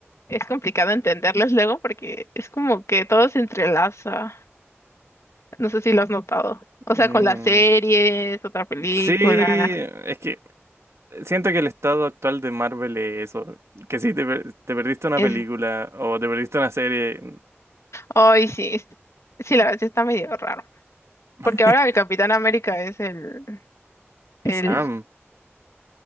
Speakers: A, on the left; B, on the right.
A: Es complicado entenderles luego porque es como que todo se entrelaza. No sé si lo has notado. O
B: mm,
A: sea, con las series, otra película.
B: sí, es que siento que el estado actual de Marvel es eso. Que si te, per- te perdiste una
A: Es...
B: película o te perdiste una serie.
A: Ay, sí, es- sí, la verdad sí está medio raro. Porque
B: <laughs>
A: ahora el Capitán América es el,
B: Es
A: el...
B: Sam,